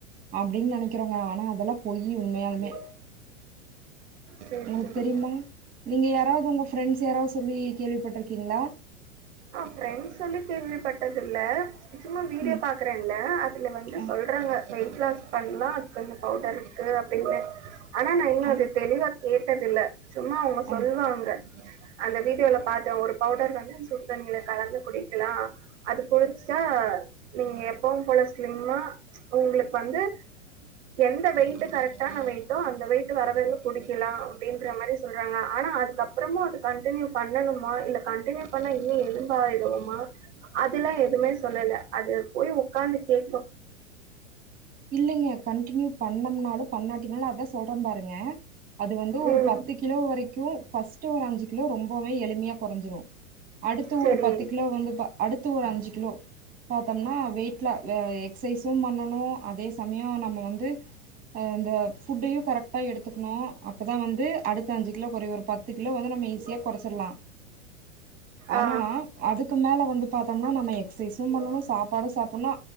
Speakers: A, on the right; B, on the right.
A: அப்டின்னு நெனைக்கிறோங்க ஆனா அதெல்லா பொய்யி உண்மையாலுமே
B: சேரி
A: உங்களுக்கு
B: சேரி
A: தெரியுமா நீங்க யாராவது உங்க ஃப்ரெண்ட்ஸ் யாராவது சொல்லி கேள்விப்பட்டிருக்கீங்களா
B: ஃப்ரெண்ட்ஸுன்னு கேள்விப்பட்டதில்ல சும்மா வீடியோ
A: ம்
B: பாக்குறல்ல அதுல வந்து
A: ஆ
B: சொல்றாங்க வெயிட் லாஸ் பண்ணலா கொஞ்சோ பவுடர் இருக்கு இல்ல ஆனா நா இன்னு
A: ஆ
B: அத தெளிவா கேட்டதில்ல சும்மா அவங்க
A: ஆ
B: சொல்வாங்க அந்த வீடியோல பாத்தே ஒரு பவுடர் வந்து அந்த சுட் தண்ணில கலந்து குடிக்கலா அது குடிச்சிட்டா நீங்க எப்பவு போல ஸ்லிமா ஒங்களுக் வந்து எந்த வெயிட்டு கரெக்ட்டான வெயிட்டோ அந்த வெயிட்டு வரவரையிலு குடிக்கலா அப்டின்ற மாரி சொல்றாங்க ஆனா அதுக்கப்றமு அது கண்டின்யு பண்ணனுமா இல்ல கண்டின்யு பண்ணா இ எலும்பாயிடுவோமா அதுல்லா எதுமே சொல்லல அது போய் உக்காந்து கேக்கு
A: இல்லைங்க கண்டின்யு பண்ணம்னாலு பண்ணாட்டினாலு அதா சொல்ற பாருங்க அது வந்து ஒரு
B: ம்
A: பத்து கிலோ வரைக்கு ஃபஸ்ட்டு ஒரு அஞ்சு கிலோ ரொம்பவே எளிமையா கொறைஞ்சிரு அடுத் த்து
B: செரி
A: ஒரு பத்து கிலோ வந்துதா அடுத்து ஒரு அஞ்சு கிலோ பாத்தம்னா வெயிட்ல வெ எக்சைஸு பண்ணனு அதே சமய நம்ம வந்து அ இந்த ஃபுட்டயு கரெக்ட்டா எடுத்துக்கணு அப்பதா வந்து அடுத்த அஞ்சு கிலோ கொறையு ஒரு பத்து கிலோ வந்து நம்ம ஈஸியா கொறச்சிர்லா ஆனா
B: ஆ
A: அதுக்கு மே ல வந்துட்டா பா ஆனா நம்ம எக்ஸ்சைஸு பண்ணனு சாப்பாடு சாப்புட்ணு